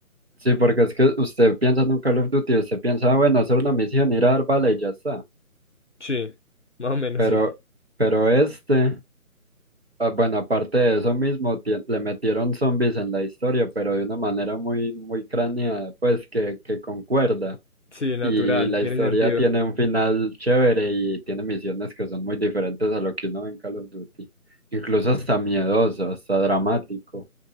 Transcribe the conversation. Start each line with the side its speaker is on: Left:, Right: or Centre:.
Right: Sí, porque es que usted piensa en un Call of Duty, usted piensa, "Ah, bueno, hacer una misión, ir a dar bala y ya está.
Left: Sí. Más o menos
Right: Pero,
Left: sí.
Right: pero este, ah, bueno, aparte de eso mismo, tie- le metieron zombies en la historia, pero de una manera muy, muy craneada, pues que, que concuerda.
Left: Sí, natural.
Right: y la
Left: Tiene
Right: historia
Left: sentido.
Right: tiene un final chévere y tiene misiones que son muy diferentes a lo que uno ve en Call of Duty. Incluso hasta miedoso, hasta dramático.